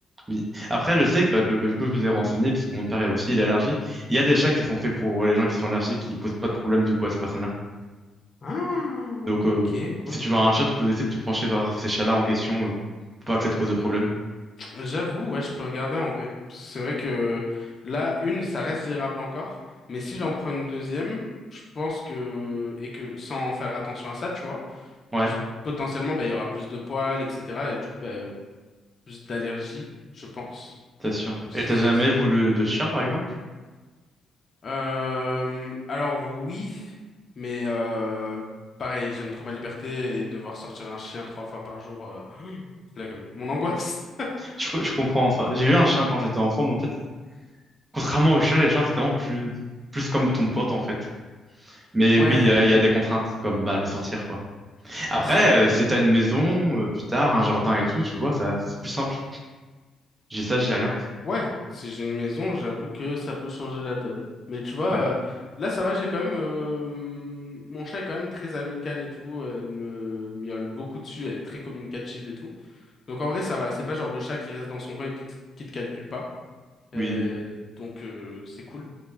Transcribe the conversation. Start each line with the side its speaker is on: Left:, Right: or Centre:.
Right: Oui. Après, je sais que, bah, que que du coup, je vous ai
Left: <laughs>
Right: renseigné, puisque mon père est aussi il est allergique. Il y a des chats qui sont faits pour ouais, les gens qui sont allergiques, qui posent pas de problème du coup à ces personnes-là.
Left: Ah,
Right: Donc, euh,
Left: ok, cool.
Right: si tu vois un chat, tu peux essayer de te pencher vers ces chats-là en question, euh, pour pas que ça te cause de problème.
Left: J'avoue, ouais, je peux regarder en vrai. C'est vrai que là, une, ça reste gérable encore, mais si j'en prends une deuxième, je pense que, et que sans faire attention à ça, tu vois,
Right: Ouais,
Left: je- potentiellement, bah, il y aura plus de poils, etc. Et du coup, bah, plus d'allergies, je pense.
Right: t'es sûr.
Left: Même si
Right: Et t'as jamais
Left: c'est con.
Right: voulu de chien, par exemple?
Left: Euh, alors oui, mais euh, pareil, j'aime trop ma liberté et devoir sortir un chien trois fois par jour, euh, <gasps> flemme. Mon angoisse.
Right: Je, je comprends ça. J'ai eu un chien quand j'étais enfant, mais en fait, contrairement aux chats, les chiens, c'est tellement plus, plus comme ton pote, en fait. Mais
Left: Ouais,
Right: oui, il y, a il y a des contraintes, comme bah, le sortir, quoi. Après,
Left: c'est vrai.
Right: euh, si t'as une maison, euh, plus tard, un jardin et tout, tu vois, ça, c'est plus simple. J'ai ça, j'ai rien.
Left: Ouais, si j'ai une maison, j'avoue que ça peut changer la donne. Mais tu vois,
Right: Ouais,
Left: euh, là ça va, j'ai quand même euh, mon chat est quand même très amical et tout. Elle me miaule beaucoup dessus, elle est très communicative et tout. Donc en vrai ça va, c'est pas genre le chat qui reste dans son coin et qui, qui te calcule pas. Et
Right: oui,
Left: donc euh, c'est cool.